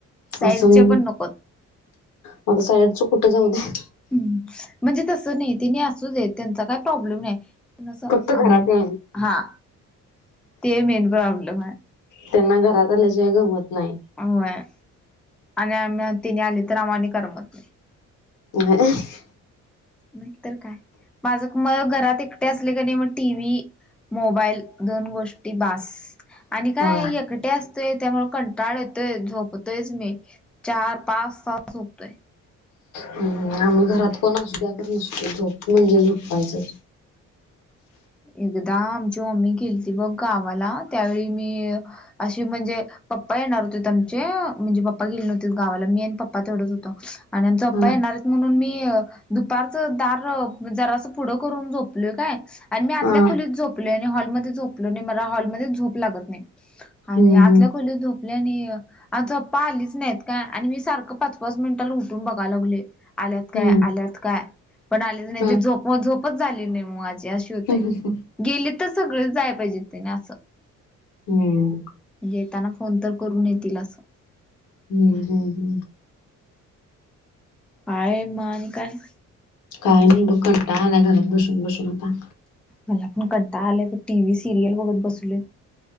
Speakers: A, in the centre; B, on the left.
A: साईडचे
B: असं मग,
A: पण नकोत
B: पावसाळ्याचा कुठे जाऊ दे.
A: हम्म, म्हणजे तसं नाही तिने असूच येत त्यांचा काय प्रॉब्लेम नाही. तसं
B: फक्त घरात
A: अं
B: याय
A: हा, ते मेन प्रॉब्लेम हाय.
B: त्यांना घरात आल्याशिवाय गंमत नाही.
A: व्हय आणि आम्ही तिने आली तर आम्हालाही करमत नाही.
B: ह.
A: नाई तर काय, माजं म गरात एक. ते असलेक नइ म टीव्ही मोबाईल. दोन गोष्टी बास आनी
B: होय.
A: काय एकट्यास. ते त्यामुळ कंटाळ येतोय झोपतोयच मी चार पाच तास झोपतोय.
B: हम्म आमी घरात कोन असु द्या झोप म्हनजे झोपायचं.
A: एकदा आमची मम्मी गेल्ती बग गावाला त्यावेळी मी. आशी म्हनजे पप्पा येणार होते त्यांचे. म्हनजे पप्पा गेले नव्हतेत गावाला मी आनी पप्पा तेवडच होतो आनी आमचा आप्पा
B: हा
A: येणारेत मनून मी. दुपारचं दार जरासं पुडं करून झोपलोय काय. आन मी
B: हा
A: आतल्या खोलीत झोपलोय आनी हॉलमद्ये झोपलो नइ आनी मला हॉलमद्ये झोप लागत नइ.
B: हम्म
A: आनी आतल्या
B: हम्म.
A: खोलीत झोप. ले नी आमचं प्पा आलीच नाइत काय मी सारकं पाच पाच मिनिटाला उटून बगाय लागले. आल्यात काय
B: हम्म
A: आल्यात काय पन आलेच नइ
B: हा
A: ते झोप झोपच झाली नाही माजी अशी होत्या
B: ह ह ह.
A: गेले तर सगळेच जाआय पायजे तेने असं.
B: हम्म.
A: येताना फोन तर करून येतील असं.
B: हम्म हम्म हम्म.
A: आएय म आनी काय?
B: काय नइ बग कंटाळा आलाय घरात बसून बसून आता.
A: मला पन कंटाळा त आलाय टीवि सिरियल बगत बसलोय.